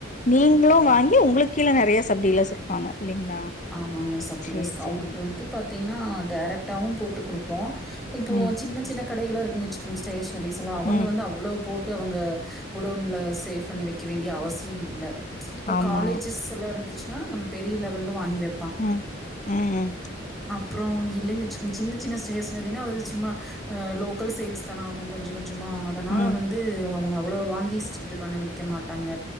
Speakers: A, on the left; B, in the centre.
A: நீங்ளு வாங்கி ஏ உங்ளுக் கீழ நறைய சப்டீலர்ஸ் இருப்பாங்க இல்லைங்களா
B: ஆமாங்க சப்டீலர்ஸ்
A: சரி
B: அவுங்ளுக்
A: சரிங்க
B: வந்து பாத்தீங்னா டேரக்ட் டாவு போட்டுக் குடுப்போ இப்போ
A: ம்
B: சின்ன சின்ன கடைகளா வச்சிங் ஸ்டேஸ் னரீஸ்லா அவுங்க
A: ம்
B: வந்து அவ்ளோ போட் ட்டு அவங்க குடோன்ல சேஃப் பண்ணி வெக்க வேண்டிய அவசிய இல்ல இப்ப
A: ஆமா
B: காலேஜெஸ் எல்லா இருந்துச்சினா நம் பெரிய லெவல்ல வாங்கி வெப்
A: ம் ம் ம்
B: அப்றோ இல்லேன்னு வெச்சிக்ங் சின்ன சின்ன ஸ்டேஸ்னரினா அது சும்மா ஆ லோக்கல் சேல்ஸ் தான ஆகு கொஞ்சோ கொஞ் சமா அதனால
A: ம்
B: வந்து அவுங்க அவ்ளோ வாங்கி ஸ்ட் இது பண்ண வெக்க மாட்டாங்க